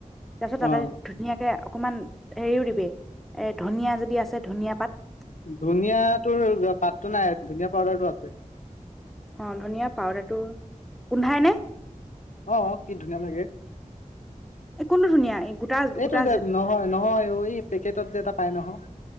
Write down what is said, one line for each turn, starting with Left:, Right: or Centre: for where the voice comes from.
Centre: তাৰপাছত তাতে
Left: অ
Centre: ধুনীয়াকে অকণমান হেৰিও দিবি। এ ধনিয়া যদি আছে ধনিয়া পাত।
Left: ধনিয়া তোৰ পাতটো নাই ধুনীয়া পাউদাৰটো আছে।
Centre: অ ধনিয়া পাউদাৰটো গোন্ধাই নে?
Left: অ কি ধুনীয়া লাগে।
Centre: এই কোনটো ধুনীয়া এই গোটা
Left: এইটো
Centre: গোটা
Left: যে নহয়-নহয় পেকেটত যে ত পায় নহয়।